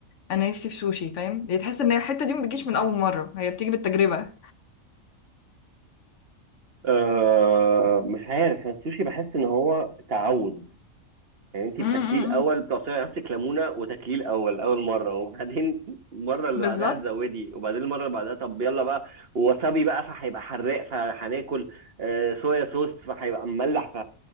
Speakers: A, on the left; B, on the right.
A: أنا نفسي في سوشي فاهم يعني تحس ان هي الحتة دي ما بتجيش من أول مرة هي بتيجي بالتجربة
B: آه مش عارف انا السوشي بحس ان هو تعود يعني انت
A: امم
B: بتاكليه الاول بتعصري نفسك ليمونه وتاكليه الاول اول مره وبعدين <laughs> المره اللي
A: بالظبط
B: بعدها تزودي وبعدين المره اللي بعدها طب يلا بقى ووسابي بقى فهيبقى حراق فهناكل آه، صويا صوص فهيبقى مملح ف